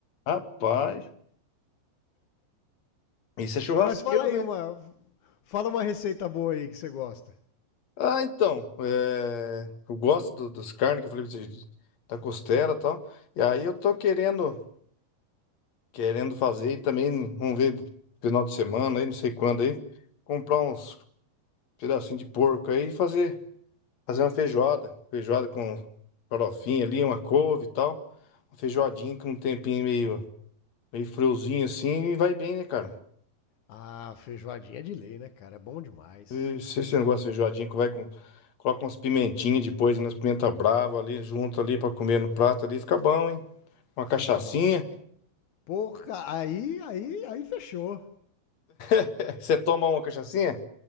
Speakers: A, on the left; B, on the left.
A: Rapaz, isso é churrasqueiro
B: Mas fala aí
A: mesmo.
B: uma. Fala uma receita boa aí que você gosta.
A: Ah, então. é, eu gosto do, das carnes que eu falei pra você, da costela e tal. E aí eu tô querendo. querendo fazer e também vamos ver final de semana aí, não sei quando aí, comprar uns pedacinhos de porco aí e fazer, fazer uma feijoada, feijoada com farofinha ali, uma couve e tal, uma feijoadinha com um tempinho meio, meio friozinho assim e vai bem, né, cara?
B: Ah, feijoadinha de lei, né, cara? É bom demais.
A: E Se você não gosta de feijoadinha, que vai com coloca umas pimentinhas depois, umas pimenta brava ali junto ali pra comer no prato ali, fica bom, hein? Uma
B: Fica
A: cachaçinha.
B: bom. Porra, aí, aí, aí fechou.
A: <laughs> Você toma uma cachaçinha?